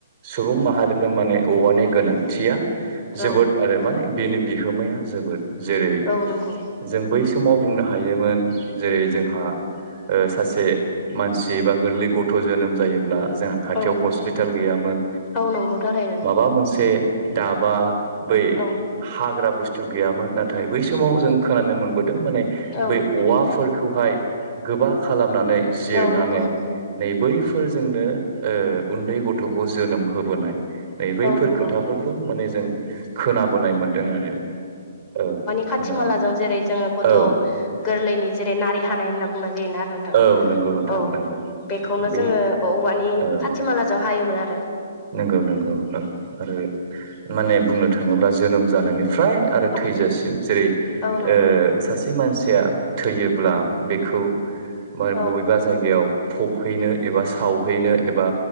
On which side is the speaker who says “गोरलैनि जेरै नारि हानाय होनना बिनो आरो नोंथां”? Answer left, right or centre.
Left